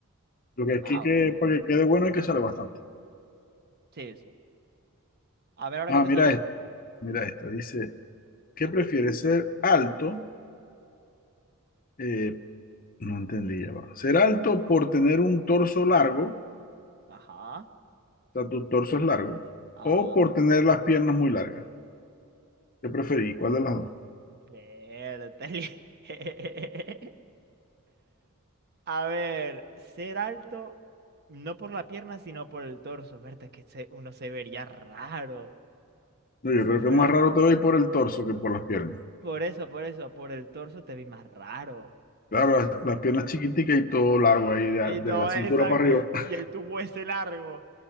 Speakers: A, on the left; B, on the right.
A: lo que aquí
B: Ah,
A: que
B: bueno.
A: para que quede bueno hay que sale bastante.
B: Sí, sí. A ver ahora
A: Ah,
B: qué te
A: mira
B: salió.
A: esto, mira esto. Dice ¿Qué
B: Ajá,
A: prefieres? ¿Ser alto? eh, no entendí, ya va. ¿Ser alto por tener un torso largo?
B: ajá,
A: O sea, tu torso es largo.
B: ajá.
A: ¿O por tener las piernas muy largas? ¿Qué preferís? ¿Cuál de las dos?
B: Verde. <laughs> A ver, ser alto, no por la pierna, sino por el torso. Verte que se- uno se vería raro.
A: No, yo
B: Si
A: creo
B: fuera
A: que más raro
B: po-
A: te va por el torso que por las piernas.
B: por, eso, por eso, por el torso te vi más raro.
A: Claro, las, las piernas chiquiticas y todo largo ahí, de,
B: Y todo
A: de la cintura
B: exacto,
A: para arriba.
B: el-
A: <laughs>
B: y el tubo ese largo